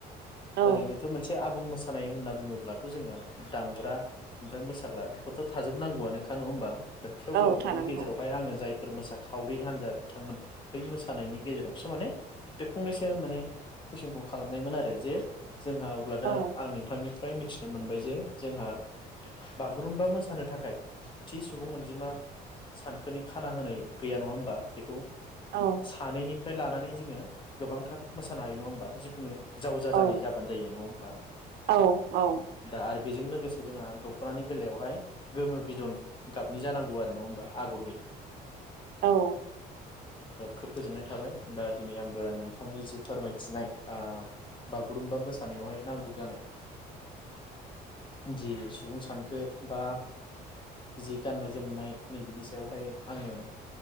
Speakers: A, on the right; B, on the left.
A: औ
B: ओरैनोथ' मोनसे आबुं मो मोसानाय होनना बुङोब्लाथ' जोङो दामग्रा ओमफ्राय मोसाग्रा बेफोरथ' थाजोबनांगौआनोखा नङा होनबा? दा थेवब्लाबो
A: औ थानांगौ
B: बिनि गेजेरावहाय आङो जाय फोर मोसाखावरि हान्जा बिथांमोन बै मोसानायनि गेजेरावसो माने बे फंनैसो माने कुइसनखौ खालामनायमोन आरो जे जोंहा अब्ला दा
A: औ
B: आं नोंथांनि ओमफ्राय मिथिनो मोनबाय जे जोंहा बागुरुम्बा मोसानो थाखाय थि सुबुं अनजिमा सानखोनि खाना होनाय गैया नङा होमबा बेखौ
A: औ
B: सानैनि फ्राय लानानै जोङो गोबांथार मोसानो हायो नङा होमबा जिखुनु जावजा
A: औ
B: जानाय जाबानो जायो नङा होमबा
A: औ औ
B: दा आरो बेजों लोगोसे जोंहा दख'नानि बेलायावहाय गोमो बिदन गाबनि जानांगौ आरो नङा होमबा आगर गैयै
A: औ
B: खोब गोजोननाय थाबाय दा दिनै आंबो नोंथांनि जि फोरमायथिनाय ओ बा बागुरुम्बा मोसानायावहाय नांगौ जानाय जि सुबुं सानखो बा जि गाननाय जोमनाय नै बिनि सायावहाय आङो